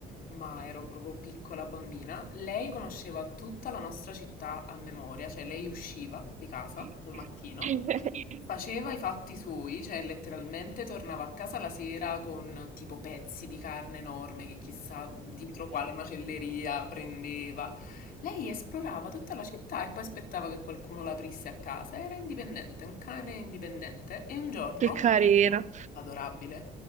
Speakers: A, on the left; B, on the right.
A: Ma ero proprio piccola bambina. Lei conosceva tutta la nostra città a memoria, cioè lei usciva di casa
B: <laughs>
A: al mattino, faceva i fatti suoi, cioè letteralmente tornava a casa la sera con tipo pezzi di carne enorme che chissà dietro quale macelleria prendeva. Lei esplorava tutta la città e poi aspettava che qualcuno l'aprisse a casa. Era indipendente, un cane indipendente. E un giorno,
B: Che carina.
A: adorabile,